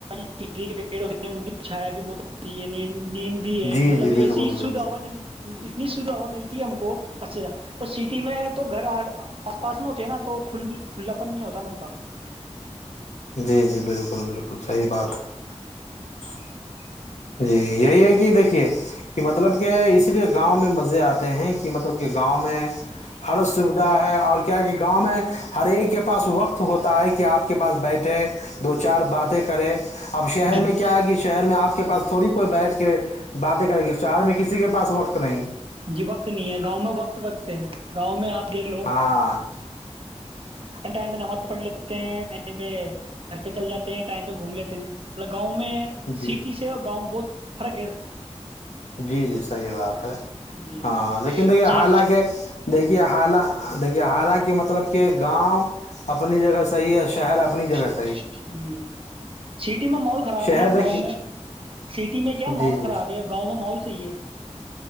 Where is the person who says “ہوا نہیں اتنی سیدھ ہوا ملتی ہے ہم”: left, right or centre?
Right